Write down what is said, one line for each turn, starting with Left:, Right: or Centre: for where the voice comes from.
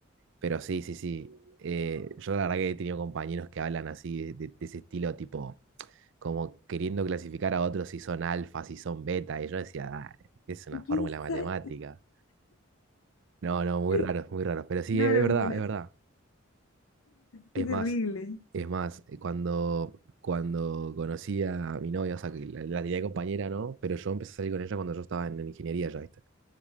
Right: Pero sí, sí, sí. eh, yo la verdad que he tenido compañeros que hablan así, de, de ese estilo, tipo, como queriendo clasificar a otros si son alfa, si son beta. Y yo decía, "Dale, es una fórmula
Left: Quizá-
Right: matemática. No, no, muy
Left: <laughs>
Right: raro, muy raro. Pero sí,
Left: Una
Right: es
Left: locura,
Right: verdad, es verdad. Es
Left: qué terrible.
Right: más, es más, eh, cuando, cuando conocí a mi novia, o sea, que la, la tenía de compañera, ¿no? Pero yo empecé a salir con ella cuando yo estaba en, en ingeniería ya, ¿viste?